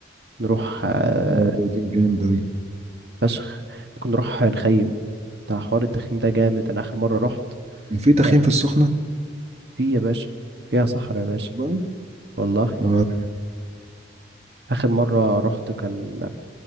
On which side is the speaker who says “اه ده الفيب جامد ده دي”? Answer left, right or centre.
Right